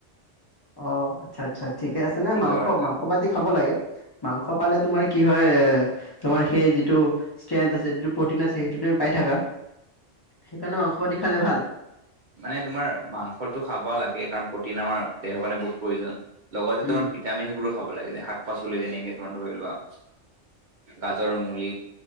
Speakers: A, on the left; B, on the right.
A: অ, আচ্ছা - আচ্ছা ঠিকে আছে ন
B: তিলৰ
A: মাংস -
B: গাহৰি
A: মাংস পাতি খাব লাগে। মাংস পালে তোমাৰ কি হয় এ তোমাৰ সেই যিটো ষ্ট্ৰেন আছে যিটো প্ৰটিন আছে সেইটো তুমি পাই থাকা সেইকাৰণে মাংস পাতি খালে ভাল।
B: মানে তোমাৰ মাংসটো খাব লাগে কাৰণ প্ৰটিন আমাৰ দেহৰ কাৰণে বহুত প্ৰয়োজন। লগতে
A: উম
B: তোমাৰ ভিটামিনবোৰো খাব লাগে যে শাক- পাচলি যেনেকে তোমাৰ ধৰি লোৱা। গাজৰ, মুলি